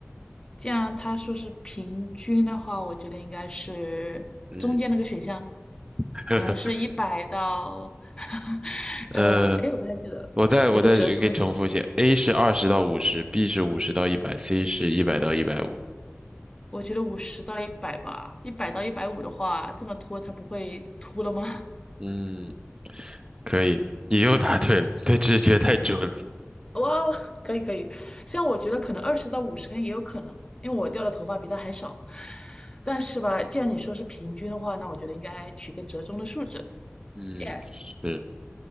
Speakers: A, on the left; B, on the right.
A: 既然他说是平均的话，我觉得应该是中间那个选项，
B: 嗯，<laughs>
A: 好像是一百到，<laughs>
B: 呃。
A: 嗯，哎，我不太记得了，
B: 我再我再给你重复一下
A: 有个折中的选项。
B: a 是二十到五十，B 是五十到一百，C 是一百到一百五。
A: 我觉得五十到一百吧，一百到一百五的话，这么拖它不会秃了吗？
B: 嗯可以，你又答对了，你的直觉太准了。
A: 哇哦，<laughs> 可以可以，像我觉得可能二十到五十根也有可能，因为我掉的头发比他还少。但是吧，既然你说是平均的话，那我觉得应该取个折中的数值。
B: 嗯，
A: 耶，
B: 是，